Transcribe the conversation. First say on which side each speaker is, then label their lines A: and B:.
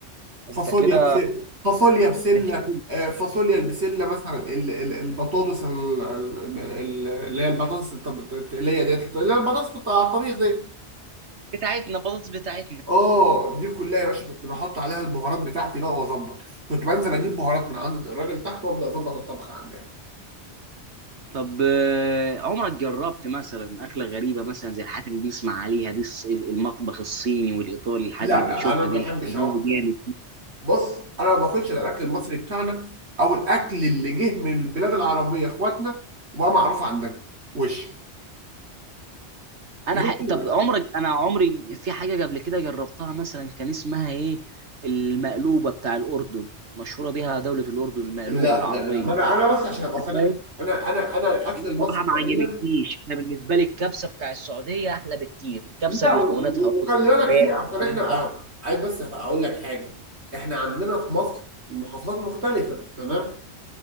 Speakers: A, on the right; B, on the right.
A: انت
B: فاصوليا
A: كده
B: بسله فاصوليا بسله
A: بتحب
B: آه، فاصوليا البسله مثلا ال- ال- البطاطس ال- ال- ال- اللي هي البطاطس الت- الت- التقليه ديت اللي هي البطاطس بتاع الطبيخ ديت
A: بتاعتنا بطاطس بتاعتنا
B: اه دي كلها يا باشا كنت بحط عليها البهارات بتاعتي بقى واظبط كنت بنزل اجيب بهارات من عند الراجل تحت وابدا اظبط الطبخ عندي يعني.
A: طب آه، عمرك جربت مثلا أكلة غريبة مثلا زي الحاجات اللي بنسمع عليها دي الص- المطبخ الصيني والإيطالي الحاجات
B: لا
A: اللي بنشوفها
B: لا انا ما
A: دي
B: بحبش
A: لا،
B: اوقف
A: جامد.
B: الاكل بص انا ما باكلش الا الاكل المصري بتاعنا او الاكل اللي جه من البلاد العربيه اخواتنا وبقى معروف عندنا وش
A: انا
B: غير
A: ح...
B: كده
A: طب
B: لا
A: عمرك انا عمري في حاجه قبل كده جربتها مثلا كان اسمها ايه المقلوبه بتاع الاردن مشهوره بيها دوله الاردن المقلوبه
B: لا
A: العربيه
B: لا لا ما انا انا بس عشان ابقى
A: انت
B: صريح
A: فاهم
B: معاك. انا انا انا الاكل
A: بصراحه
B: المصري تقريبا
A: ما عجبتنيش انا بالنسبه لي الكبسه بتاع السعوديه احلى بكتير الكبسه
B: لا
A: بمكوناتها
B: و- و-
A: رز
B: وخلي بالك
A: فراخ
B: في اصل
A: كبدة،
B: احنا عايز بس اقول لك حاجه احنا عندنا في مصر محافظات مختلفه تمام